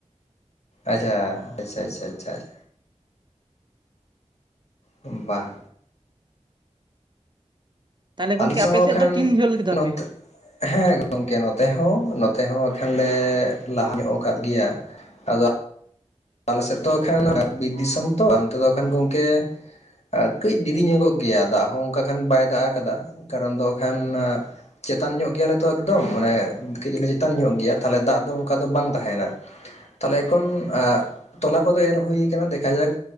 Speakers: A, on the left; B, on the right.
A: ᱟᱪᱪᱷᱟ, ᱟᱪᱪᱷᱟ ᱟᱪᱪᱷᱟ ᱟᱪᱷᱟᱷᱟ ᱟᱪᱪᱷᱟ᱾ ᱦᱩᱸ, ᱵᱟᱝ᱾
B: ᱛᱟᱦᱚᱞᱮ ᱜᱚᱝᱠᱮ
A: ᱟᱹᱞᱤᱧ ᱥᱮᱫ
B: ᱟᱯᱮ
A: ᱦᱚᱸ ᱠᱷᱟᱱ
B: ᱫᱚ ᱛᱤᱱ ᱡᱷᱟᱹᱞ ᱠᱮᱫᱟ
A: ᱱᱚᱛᱮ
B: ᱯᱮ?
A: ᱦᱮᱸ ᱜᱚᱝᱠᱮ ᱱᱚᱛᱮ, ᱦᱚᱸ ᱱᱚᱛᱮ ᱦᱚᱸ ᱮᱠᱷᱟᱱ ᱞᱮ ᱞᱟᱦᱟ ᱧᱚᱜ ᱟᱠᱟᱫ ᱜᱮᱭᱟ᱾ ᱟᱫᱚ ᱟᱞᱮ ᱥᱮᱫ ᱛᱚ ᱮᱠᱷᱟᱱ ᱵᱤᱨ ᱫᱤᱥᱚᱢ ᱛᱚ ᱱᱚᱱᱛᱮ ᱫᱚ ᱮᱠᱷᱟᱱ ᱜᱚᱝᱠᱮ ᱟᱨ ᱠᱟᱺᱡ ᱫᱤᱨᱤ ᱧᱚᱜᱚᱜ ᱜᱮᱭᱟ ᱫᱟᱜ ᱦᱚᱸ ᱚᱱᱠᱟ ᱠᱷᱟᱱ ᱵᱟᱭ ᱫᱟᱜ ᱟᱠᱟᱫᱟ ᱠᱟᱨᱚᱱ ᱫᱚ ᱵᱟ ᱠᱷᱟᱱ ᱪᱮᱛᱟᱱ ᱧᱚᱜ ᱜᱮᱭᱟᱞᱮ ᱛᱚ ᱮᱠᱫᱚᱢ ᱢᱟᱱᱮ ᱠᱟᱹᱡ ᱞᱮ ᱪᱮᱛᱟᱱ ᱧᱚᱜ ᱜᱮᱭᱟ ᱛᱟᱦᱞᱮ ᱫᱟᱜ ᱫᱚ ᱚᱱᱠᱟ ᱫᱚ ᱵᱟᱝ ᱛᱟᱸᱦᱮᱱᱟ᱾ ᱛᱟᱦᱞᱮ ᱮᱠᱷᱚᱱ ᱟᱸᱜ ᱛᱚᱞᱟ ᱠᱚᱫᱚ ᱮᱨ ᱦᱩᱭ ᱠᱟᱱᱟ ᱫᱮᱠᱷᱟ ᱡᱟᱠ